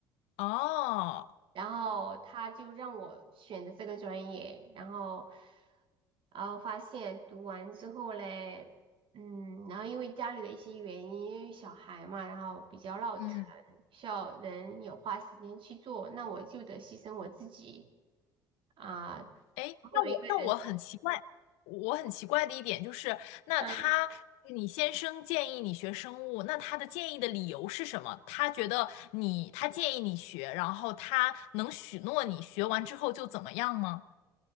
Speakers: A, on the left; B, on the right.
A: 哦，
B: 然后他就让我选的这个专业，然后，然后发现读完之后嘞，嗯，然后因为家里的一些原因，因为小孩嘛，然后比较闹腾，
A: 嗯。
B: 需要人有花时间去做，那我就得牺牲我自己啊，总
A: 哎，那我那我很奇怪，
B: 有一个人，
A: 我很奇怪的一点就是，那他你先生建议你学生物，
B: 嗯
A: 那他的建议的理由是什么？他觉得你他建议你学，然后他能许诺你学完之后就怎么样吗？